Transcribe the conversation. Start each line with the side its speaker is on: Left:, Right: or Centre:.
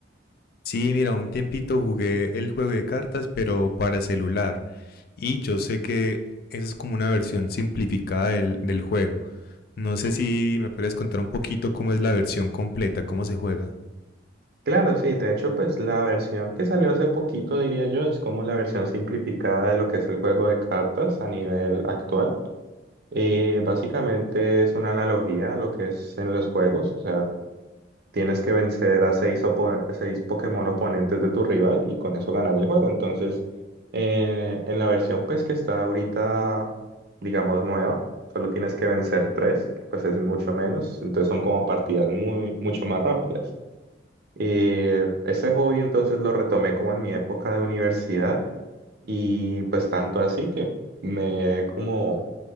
Left: Sí, mira, un tiempito jugué el juego de cartas, pero para celular. Y yo sé que esa es como una versión simplificada del, del juego. No sé si me puedes contar un poquito cómo es la versión completa, cómo se juega.
Right: Claro, sí, de hecho, pues la versión que salió hace poquito, diría yo, es como la versión simplificada de lo que es el juego de cartas a nivel actual. Y básicamente es una analogía a lo que es en los juegos. O sea, Tienes que vencer a seis, opo- a seis Pokémon oponentes de tu rival y con eso ganar el juego. Entonces, eh, en la versión pues que está ahorita, digamos, nueva, solo tienes que vencer tres, que pues es mucho menos. Entonces son como partidas muy, mucho más rápidas. Y ese hobby entonces lo retomé como en mi época de universidad y pues tanto así que me he como